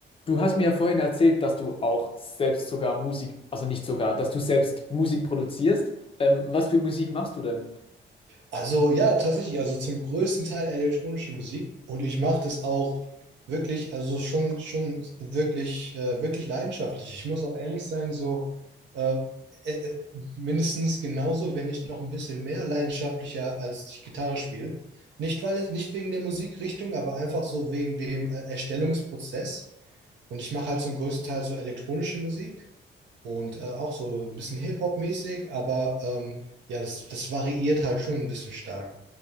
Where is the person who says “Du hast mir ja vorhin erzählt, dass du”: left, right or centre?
Left